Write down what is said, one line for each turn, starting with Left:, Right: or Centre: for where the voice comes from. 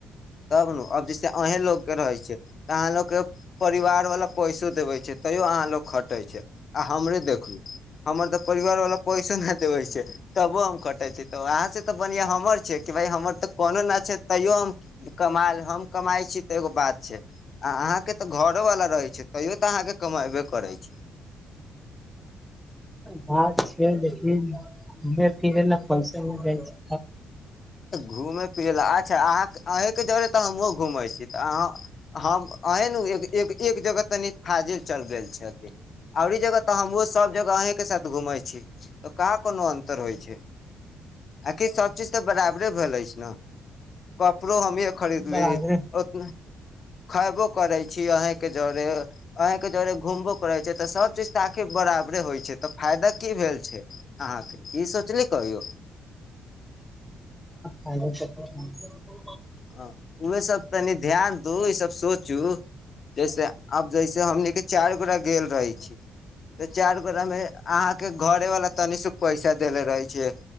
Left: तब ने आब जैसे अहें लोकके रहै छै तऽ अहाँ लोकके परिवार वालला पैसो देवे छै तैयो अहाँ लोग ख कटै छै आ हमरे देखलू हमर तऽ परिवार वाला पैसो नहि देबे छै तबो हम कटै छी तऽ अहाँ से तऽ बढ़िआ हमर छै हमर तऽ कोनो न छै तैयो हम कमायल हम कमाई छी तऽ एगो बात छै आ अहाँके तऽ घरो वाला रहै छै तैयो तऽ अहाँके कमैबे करैत छै
Centre: बात छै देख घुमे फिरे फशन जाइ छै <unintelligible>
Left: घूमै फिरै लए अच्छा अह अहीके जरे तऽ हमहूँ घूमै छी तऽ अह हम अ एक जगह तनी फाजिल चल गेल छै आओरी ई जगह तऽ हमहु सब जगह अहीं के साथ घूमै छी तऽ कहाँ कोनो अन्तर होइ छै आखि सब चीज ई बराबरे भैएल अछि ने कपड़ो हमे खरीदली
Centre: बराबरे
Left: उतना खयबो करै छी अहेंके जरे अहंके जरे घूमबो करै छै तऽ सब चीज तऽ आखिर बराबरे होइ छै तऽ फायदा की भेल छै अहाँके ई सोचली कहियौ
Centre: आ <unintelligible>
Left: हँ उह सब तनी ध्यान दू ई सब सोचू जैसे आब जैसे हमनी के चारि गोरा गेल रहे छी तऽ चार गोरा मे अहाँ के घरे वाला तनिसख पैसा देेले रहे छिय